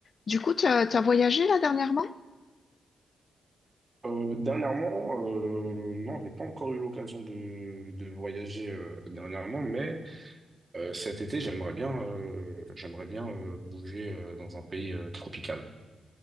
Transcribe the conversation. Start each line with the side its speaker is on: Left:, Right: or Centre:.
Left: Du coup, tu as, voyagé là dernièrement?
Right: Euh, dernièrement, euh, non, j'ai pas encore eu l'occasion de, de voyager euh, dernièrement, mais euh, cet été, j'aimerais bien, euh, j'aimerais bien euh, bouger euh, dans un pays euh, tropical.